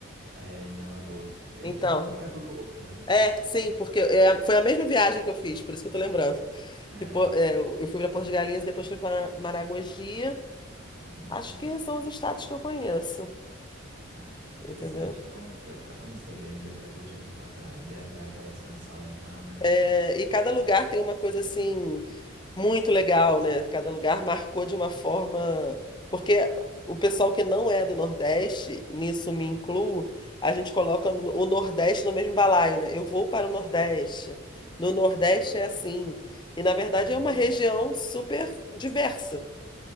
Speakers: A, on the right; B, on the left.
A: É, em Alagoas. Bem
B: Então,
A: que é um perto do outro, né?
B: é, sim, porque é, foi a mesma viagem que eu fiz, por isso que eu tô lembrando.
A: É.
B: Que, pô, é, eu eu fui para Porto de Galinhas, depois fui para Maragogi.
A: Uhum.
B: Acho que são os estados que eu conheço,
A: Ah, interessante.
B: entendeu?
A: Então, deu para conhecer bem, deu para curtir muito a praia, dar dar aquela descansada então, né?
B: É, e cada lugar tem uma coisa assim muito legal, né? Cada lugar marcou de uma forma. Porque o pessoal que não é do Nordeste, nisso me incluo, a gente coloca
A: Uhum.
B: o Nordeste no mesmo balaio, né? Eu vou para o Nordeste. No Nordeste é assim. E na verdade
A: Ah,
B: é
A: entendi.
B: uma região super diversa.